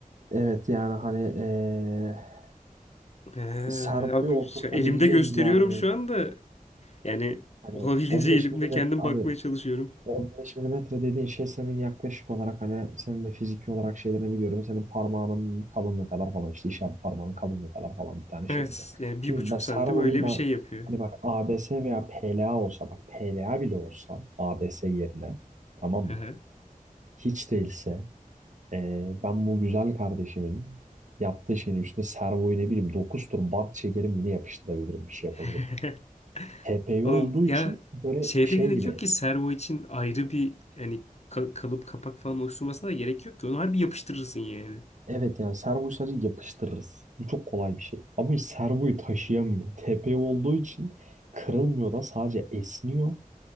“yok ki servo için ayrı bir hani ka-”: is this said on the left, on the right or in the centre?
Left